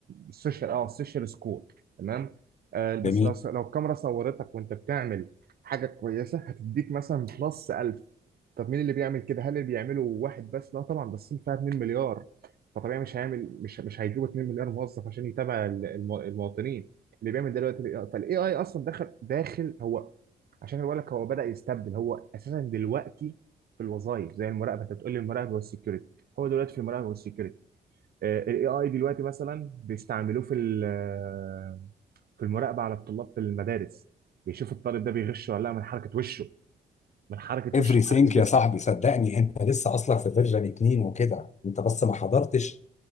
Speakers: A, on the right (about 55°); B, on the left (about 40°).
A: السوشيال اه السوشيال سكور تمام آه، بس
B: جميل
A: لو لو الكاميرا صورتك وانت بتعمل حاجه كويسه هتديك مثلا بلس 1000 طب مين اللي بيعمل كده هل اللي بيعمله واحد بس لا طبعا بس فيها 2 مليار فطبيعي مش هيعمل مش مش هيجيبوا 2 مليار موظف عشان يتابع ال- الم- المواطنين اللي بيعمل دلوقتي فالاي اي اصلا داخل داخل هو عشان بقول لك هو بدأ يستبدل هو اساسا دلوقتي في الوظائف زي المراقبه انت بتقول لي المراقبه والسكيورتي هو دلوقتي في المراقبه والسكيورتي الاي اي دلوقتي مثلا بيستعملوه في ال- آه، في المراقبه على الطلاب في المدارس بيشوفوا الطالب ده بيغش ولا لا من حركه وشه من حركه
B: everything
A: وشه وحركه جسمه
B: يا صاحبي صدقني انت لسه اصلا في فيرجن 2 وكده انت بس ما حضرتش